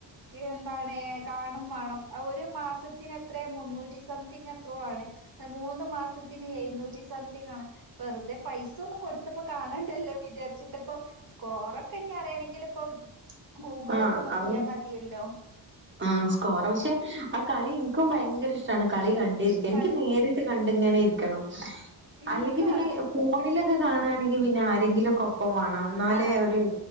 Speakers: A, on the right; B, on the right.
A: ക്ക് എന്താണ് കാണും മാണം ഒര് മാസത്തിന് എത്രേ മുന്നൂറ്റി സം തിങ് എത്രോ ആണ് മൂന്ന്മാസത്തിന് എഴുന്നൂറ്റി സംതിങ്ആണ് വെറുതെ പൈസ ഒന്ന് കൊട് ത്ത് പ്പോകാണണ്ടല്ലോ വിചാരിച്ചിട്ട് ഇപ്പം സ്കോറൊക്കെഞ്ഞി അറിയണെങ്കിൽ ഇപ്പം ഗൂഗിളൊക്കെ
B: ആഹ്
A: നോക്കിയാ
B: അവ
A: മതിയല്ലോ?
B: ആഹ് സ്കോർ പക്ഷെ ആ കളി ഇൻക്കും ഭയങ്കര ഇഷ് ട്ടാണ് കളികണ്ടിരിക്ക്യാൻ.
A: ഇഷ്ടാണ്
B: ഇൻക്ക് നേരിട്ട് കണ്ടിങ്ങനെ ഇരിക്കണം.
A: ഇൻക്ക്
B: അല്ലെങ്കി പിന്നെ
A: അത്
B: ഫോണിലൊക്കെ കാണാണെങ്കി പിന്നെ ആരെങ്കിലൊക്കൊപ് പ്പം വാണം ഇന്നാലേ
A: ആഹ്
B: ഒര്